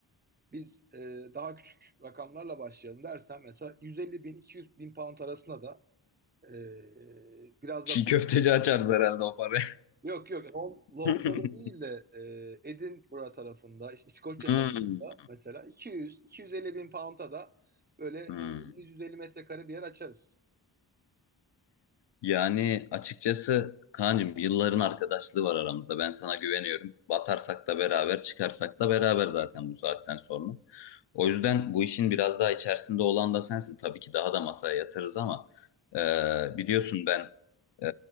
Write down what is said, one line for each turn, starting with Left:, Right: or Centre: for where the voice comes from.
Right: biz e, daha küçük rakamlarla başlayalım dersen mesela 150 bin 200 bin pound arasında da e, biraz
Left: Çiğ
Right: da
Left: köfteci açarız herhalde o parayı.
Right: yok yok Londra'da
Left: <laughs>
Right: değil de e, Edinburgh tarafında işte İskoçya
Left: Hmm.
Right: tarafında mesela 200 250 bin pound'a da böyle e,
Left: Hmm.
Right: 150 metrekare bir yer açarız.
Left: Yani açıkçası Kaan'cığım yılların arkadaşlığı var aramızda. Ben sana güveniyorum. Batarsak da beraber, çıkarsak da beraber zaten bu saatten sonra. O yüzden bu işin biraz daha içerisinde olan da sensin. Tabii ki daha da masaya yatırız ama e, biliyorsun ben e,